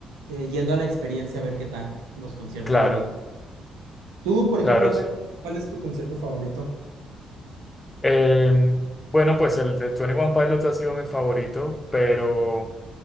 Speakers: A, on the right (about 75°); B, on the left (about 20°).
A: eh, yendo a la experiencia a ver qué tal los conciertos
B: claro,
A: de los... Tú, por ejemplo,
B: claro,
A: a
B: sí.
A: ver, ¿cuál es tu concierto favorito?
B: Eh, bueno, pues el de 21 Pilots ha sido mi favorito, pero,